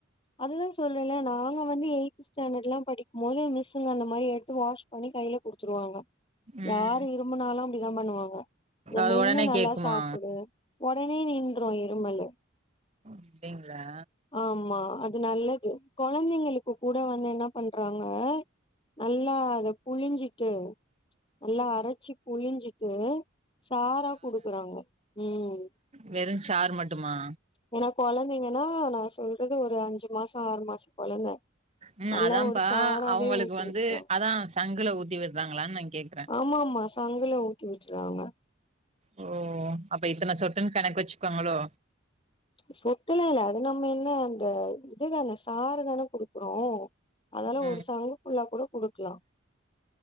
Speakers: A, on the left (about 25°); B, on the right (about 35°).
A: அதுதா சொல்றேல நாங்க வந்து எயி்த் ஸ்டாண்டர்ட்ல்லா படிக்கு போது மிஸ் பசங்க அந்த மாரி எடுத்து வாஷ் பண்ணி கையில குடுத்துருவாங்க
B: ம்
A: யாரு இரும்புனாலு அப்படித்தா பண்ணுவாங்க இத
B: அது
A: மென்னு
B: ஒடனே
A: நல்லா
B: கேக்குமா
A: சாப்டு உடனே நின்று இரும்மலு
B: அப்டிங்களா
A: ஆமா அது நல்லது கொழந்தைங்களுக்கு கூட வந்து என்ன பண்றாங்க நல்லா புழிஞ்சிட்டு நல்லா அரச்சு புழிஞ்சிட்டு சாரா குடுக்குறாங்க ம்
B: வெறு சார் மட்டுமா
A: ஏன்னா கொழந்தைங்கன்னா நா சொல்றது ஒரு அஞ்சு மாஷோ ஆறு மாஷோ கொழந்த
B: ம்
A: நல்லா
B: அதாப்பா
A: ஒரு சாராவே
B: அவங்களுக்கு
A: ஊத்தி
B: வந்து
A: விட்ருவாங்க
B: அதா சங்குல ஊத்தி விடுறாங்களான்னு நா கேக்குறே
A: ஆமா மா சங்கல ஊத்தி விட்டுறாங்க
B: ஓ அப்ப இத்தன சொட்டுன்னு கணக்கு வச்சுக்கோங்களோ
A: சொட்டுலா இல்ல அது நம்ம என்ன அந்த இதுதான சாறு தான குடுக்குறோ அதலா
B: ம்
A: ஒரு சங்கு ஃபுல்லா கூட குடுக்கலா